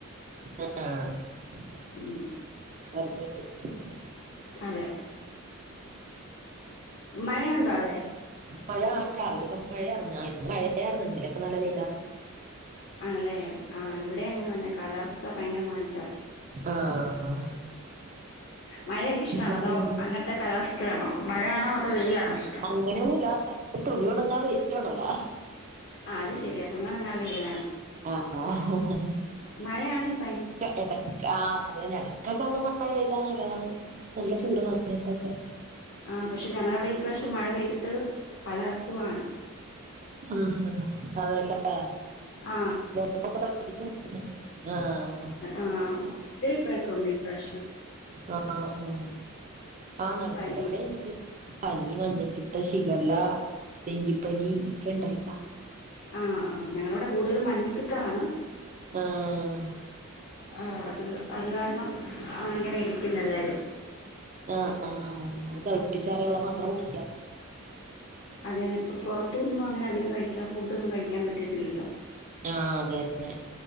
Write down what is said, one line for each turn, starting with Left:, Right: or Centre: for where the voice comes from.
Right: <unintelligible>
Left: ഉം
Right: വറത്തു വെച്ചെക്കന്ന്
Left: അതെ മഴയുണ്ടോ അവിടെ
Right: മഴ രാവിലെയൊക്കെ മഴയാർന്ന് ആ ഇന്ന് മഴയാർന്ന് ഇന്നലെയൊക്കെ നല്ല വെയിലാർ ന്ന്
Left: ആണല്ലേ ആ ഇവിടെ അങ്ങനെ തന്നെ കാലാവസ്ഥ ഭയങ്കര മാറ്റമാ
Right: ആഹ് ആഹ്
Left: മഴയെക്കെ ഇഷ്ടാണോ
Right: ഇന്നൊക്കെ
Left: അതോ അങ്ങനത്തെ കാലാവസ്ഥ ഇഷ്ടയാണോ മഴയാണോ അതോ വെയിലാണോഷ്ടം
Right: അങ്ങനൊന്നും ഇല്ല തുണി ഉണങ്ങാൻ വെയില് വേണല്ലോ
Left: ആ അത് ശരിയാ തുണിയുണങ്ങാൻ വെയില്
Right: ആഹ്
Left: മഴയാണെലും
Right: ഇട ആഹ് അതന്നെ ഇടയ്ക്കൊക്കെ ഒന്ന് മഴ പെയ്താ നല്ലതാണ് നല്ല ചൂട് സമയത്തൊക്കെ
Left: ആഹ് പക്ഷേ ഞങ്ങടെവിടെ ഈ പ്രാവശ്യം മഴ പെയ്തിട്ട് പല അസുഖണ്
Right: ആഹ് അതല്ലേ
Left: ആ
Right: വെള്ളമൊക്കെ തിളപ്പിച്ച് കുടിക്കണം ആഹ്
Left: ആഹ് ഒത്തിരി പേർക്ക് ഉണ്ട് ഇപ്രാവശ്യം
Right: ആഹ് ആഹ് ആഹ് ഞങ്ങടെ
Left: പനി
Right: അവിടെയും പനി മഞ്ഞപ്പിത്തം ഷികലാ ഡെങ്കിപ്പനി ഒക്കെ ഉണ്ടല്ലോ
Left: ആഹ് ആഹ് ഞങ്ങടെവിടെ കൂടുതലും മഞ്ഞപ്പിത്തമാണ്
Right: ആഹ്
Left: ആഹ് അത് അത് കാരണം അങ്ങനെ ഇരിക്കുന്ന് എല്ലാരും
Right: ആഹ് ആഹ് തിളപ്പിച്ചാറിയ വെള്ളം മാത്രം കുടിക്ക
Left: അതിനിപ്പോ പുറത്തുന്ന് ഒന്നും അങ്ങനെ അധികം കഴിക്കാൻ ഫുഡ് ഒന്നും കഴിക്കാൻ പറ്റത്തില്ലല്ലോ
Right: ആഹ് അതന്നെ